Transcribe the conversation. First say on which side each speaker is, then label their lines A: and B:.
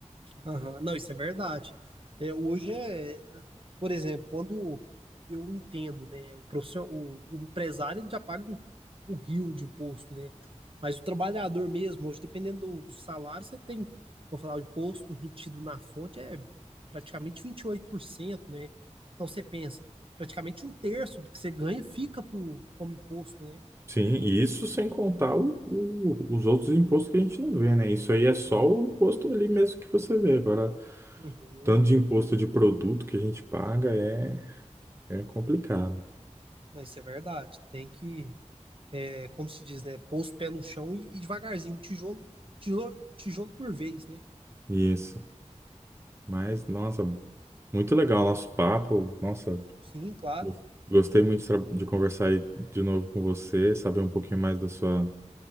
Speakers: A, on the right; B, on the right.
A: Aham, Não, isso é verdade. É, hoje é, por exemplo, quando eu entendo, né, o profissional, o, o empresário ele já paga um, um rio de imposto, né? Mas o trabalhador mesmo, hoje, dependendo do, do salário, você tem, vou falar, o imposto retido na fonte é praticamente 28%, né? Então você pensa, praticamente um terço do que você ganha fica pro, como imposto, né?
B: Sim, e isso sem contar o- o- os outros impostos que a gente não vê, né? Isso aí é só
A: Uhum,
B: o imposto ali mesmo que você vê. Agora,
A: uhum.
B: tanto de imposto de produto que a gente paga é, é complicado.
A: Não, isso é verdade. Tem que é, como se diz, né? Pôr os pés no chão e, e devagarzinho, um tijolo, tijolo, tijolo por vez, né?
B: Isso. Mas, nossa, muito legal o nosso papo. Nossa,
A: Sim, claro.
B: gos- gostei muito de, tra- de conversar aí de novo com você, saber um pouquinho mais da sua,